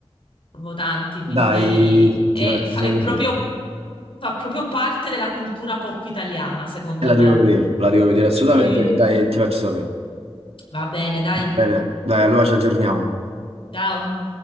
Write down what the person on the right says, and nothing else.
Dai,
ti faccio
sapere.
E la
devo vedere, la devo vedere assolutamente.
Dai, ti faccio sapere.
Va bene, dai, allora ci aggiorniamo.